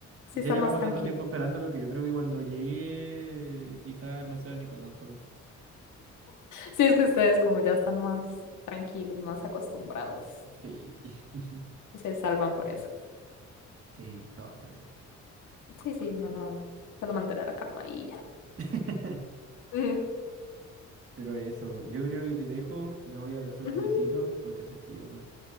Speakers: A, on the left; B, on the right.
A: sí
B: Ya
A: están
B: llevamos
A: más tranquilos.
B: tanto tiempo esperándolo que yo creo que cuando llegue quizás no sea ni para tanto. weón.
A: Sí, es que ustedes como ya están más tranquilos, más acostumbrados,
B: Sí, <laughs>
A: se salvan por eso.
B: sí, todo va a estar bien.
A: Sí, sí, no, no, solo mantener la calma y ya.
B: <laughs>
A: Mm.
B: Pero eso, yo creo que te dejo, me voy a hacer
A: Ujú,
B: un tecito porque hace frío. weón.